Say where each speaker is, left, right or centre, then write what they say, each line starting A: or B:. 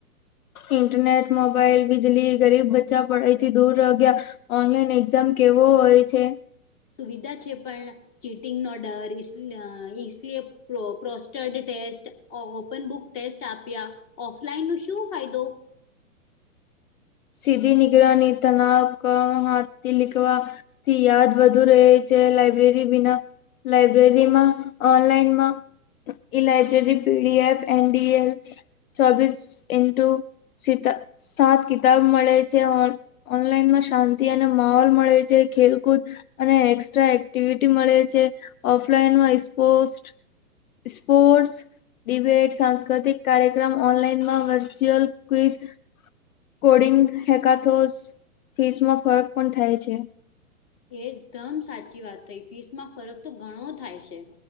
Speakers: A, on the left (about 70°); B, on the left (about 35°).
A: ઇન્ટરનેટ મોબાાઈલ બિજલી ગરીબ બચ્ચા પડાઈથી દૂર ર ગયા ઓનલાઈન એક્ઝામ કેવો હોય છે
B: સુવિધા છે પણ ચીટિંગ નોડર ઈસ લીયે પ્રોસ્ટર્ડ ટેસ્ટ ઓપન બુક ટેસ્ટ આપ્યા ઓફલાઈન નો શું ફાયદો
A: સીધી નિગરાની તનાવ ક હાથી લીખવા થી યાદ વધુ રહે છે લાઈબ્રેરી બીના લઇબ્રેરીમાં ઓનલાઈનમાં e library PDF N D L ચોબીસ ઇન્ટુ સીતા સાત ક બ મળે છે ઓનલાઈનમાં શાંતિ અને માહોલ મળે છે ખેલકૂદ અને એક્સ્ટ્રા એક્ટિવિટી મળે છે ઓફલાઈનમાં સ્પોસ્ટ સ્પોર્ટ્સ ડિબેટ સાંસ્કૃતિક કાર્યક્રમ ઓનલાઈનમાં વર્ચ્યુઅલ ક્વીઝ કોડિંગ હેકાથોસ ફીસમાં ફરક પણ થાય છે
B: એકદમ સાચી વાત થઈ ફીસમાં ફરક તો ઘણો થાય છે